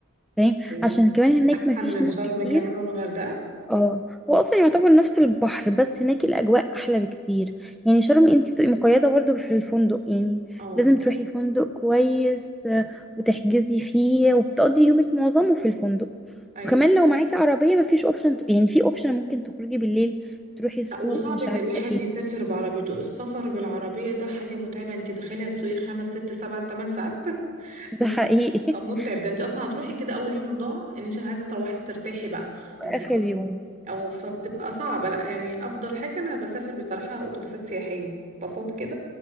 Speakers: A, in the centre; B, on the right.
A: فاهم
B: إيه.
A: عشان كمان هناك مفيش
B: من
A: ناس
B: شرم
A: كتير
B: كمان والغردقة
A: اه هو اصلا يعتبر نفس البحر بس هناك الاجواء احلى بكتير يعني شرم انت بتبقي مقيده برضو في الفندق يعني
B: اه
A: لازم تروحي فندق كويس آه، وتحجزي فيه وبتقضي يومك معظمه في الفندق
B: ايوه
A: وكمان لو معاكي عربيه مفيش اوبشن يعني في اوبشن ممكن تخرجي بالليل تروحي السوق
B: لأ، وصعب
A: ومش
B: ان
A: عارفه
B: الواحد
A: ايه
B: يسافر بعربيته السفر بالعربية ده حاجة متعبة انت تخيلي هتسوقي خمس ست سبع تمن ساعات <laughs>
A: ده
B: متعب
A: حقيقي
B: متعب
A: <laughs>
B: ده انت اصلا هتروحي كده اول يوم ضاع ان انت عايزة تروحي ترتاحي بقى انت
A: اخر يوم
B: او فبتبقى صعبة لا يعني افضل حاجة انا بسافر بصراحة اتوبيسات سياحية بساط كده